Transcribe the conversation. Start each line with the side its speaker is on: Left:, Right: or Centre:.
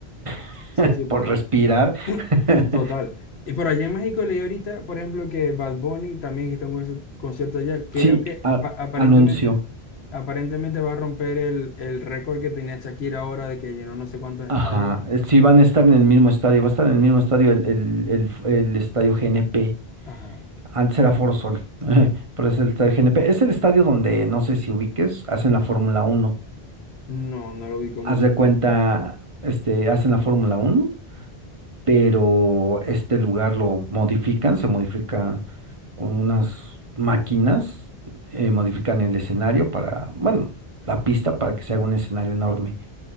Right: <laughs>
Left: sí, sí, por
Right: por
Left: todo.
Right: respirar.
Left: <clears throat>
Right: <laughs>
Left: Total. Y por allá en México leí ahorita, por ejemplo, que Bad Bunny también que está en un conci- concierto allá. Creo
Right: Sí,
Left: que
Right: a-
Left: pa- aparentemente,
Right: anuncio.
Left: aparentemente va a romper el, el récord que tenía Shakira ahora de que llenó no sé cuántos
Right: Ajá,
Left: estadios.
Right: eh, sí van a estar en el mismo estadio, va a estar en el mismo estadio el, el, el, f- el estadio GNP.
Left: Ajá.
Right: Antes era Foro Sol, <laughs> pero es el estadio GNP. Es el estadio donde, no sé si ubiques, hacen la Fórmula Uno.
Left: No, no lo ubico
Right: Haz
Left: mucho,
Right: de cuenta,
Left: pero
Right: este, hacen la Fórmula Uno, pero este lugar lo modifican, se modifica con unas máquinas, eh, modifican el escenario para, bueno, la pista para que se haga un escenario enorme.